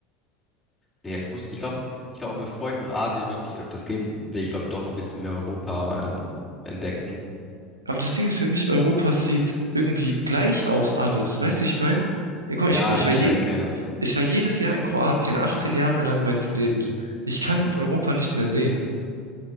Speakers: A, in the centre; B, on the right.
A: Nee, ich muss, ich glaube, ich glaube, bevor ich nach Asien wirklich öfters gehe, will ich, glaube ich, doch noch ein bisschen mehr Europa ähm, entdecken.
B: Aber das Ding ist für mich, Europa sieht irgendwie gleich aus alles. Weißt du, wie ich meine? Guck mal,
A: Ja,
B: ich, ich
A: ich
B: war
A: checke.
B: je, ich war jedes Jahr in Kroatien, 18 Jahre lang meines Lebens. Ich kann Europa nicht mehr sehen.